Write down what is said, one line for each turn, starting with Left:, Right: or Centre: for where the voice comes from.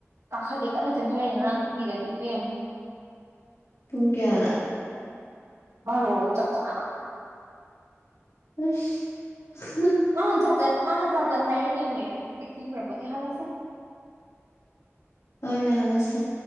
Right: ꯀꯥꯈꯠꯂꯦ ꯀꯟꯅ ꯆꯪꯈꯠꯂꯅꯤ ꯉꯔꯥꯡ ꯀꯤꯔꯅꯤ ꯏꯕꯦꯝ
Left: ꯄꯨꯡ ꯀꯌꯥꯗ
Right: ꯚꯥꯔꯣ ꯆꯞ ꯆꯥꯅ
Left: ꯑꯁ <unintelligible>
Right: ꯃꯥꯅ ꯖꯥꯖꯠ ꯃꯥꯅ ꯖꯥꯖꯠ ꯍꯥꯏꯔꯤꯅꯦꯅꯦ <unintelligible> ꯌꯥꯍꯥꯟꯂꯁꯦ
Left: ꯍꯣꯏ ꯌꯥꯍꯜꯂꯁꯦ